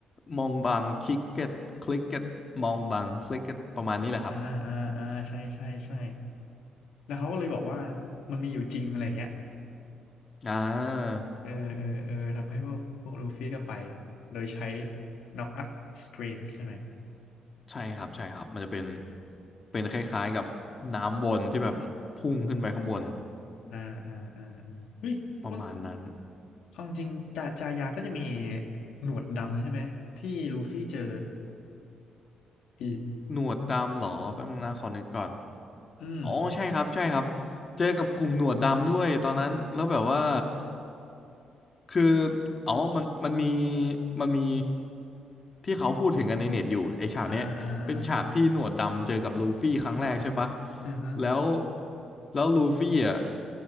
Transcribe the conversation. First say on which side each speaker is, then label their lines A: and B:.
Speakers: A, on the left; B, on the left.
A: มองบางคิกเก็ตคลิกเก็ตมองบางคลิกเก็ตประมาณนี้แหละครับ
B: อ่าอ่าอ่าใช่ใช่ใช่ แล้วเขาก็เลยบอกว่ามันมีอยู่จริงอะไรเงี้ย
A: อ่า
B: เออเออเออทำให้พวกพวกลูฟี่ก็ไปโดยใช้น็อกอัพสตรีมใช่ไหม
A: ใช่ครับใช่ครับมันจะเป็นเป็นคล้ายๆกับน้ำวนที่แบบพุ่งขึ้นไปข้างบน
B: อ่าอ่าอ่าอ่าเฮ้ยคน
A: ประมาณนั้น
B: ความจริงจาจายาก็จะมีหนวดดำใช่ไหมที่ลูฟี่เจออีก
A: หนวดดำเหรอแป๊บนึงนะขอนึกก่อน
B: อืม
A: อ๋อใช่ครับใช่ครับเจอกับกลุ่มหนวดดำด้วยตอนนั้นแล้วแบบว่าคืออ๋อมันมันมีมันมีที่เขาพูดถึงกันในเน็ตอยู่ไอฉากเนี้ยเป็นฉากที่หนวดดำเจอกับลูฟี่ครั้งแรกใช่ปะ
B: อ่าอ่าอ่าอือฮะ
A: แล้วแล้วลูฟี่อ่ะ